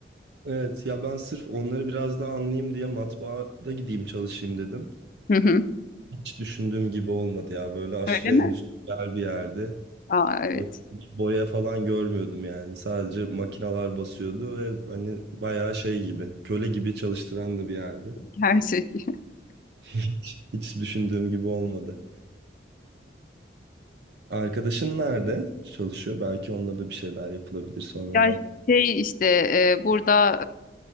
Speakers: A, on the right; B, on the left.
A: Evet ya ben sırf onları biraz daha anlayayım diye matbaada gideyim çalışayım dedim.
B: Hı hı.
A: Hiç düşündüğüm gibi olmadı ya. Böyle aşırı
B: Öyle mi?
A: endüstriyel bir yerdi.
B: Aa evet.
A: Böyle hiç boya falan görmüyordum yani. Sadece makinalar basıyordu ve hani bayağı şey gibi, köle gibi çalıştıran da bir yerdi.
B: Gerçek. <laughs>
A: Hiç, hiç düşündüğüm gibi olmadı. Arkadaşın nerede çalışıyor? Belki onunla da bir şeyler yapılabilir sonradan.
B: Ya şey işte e, burada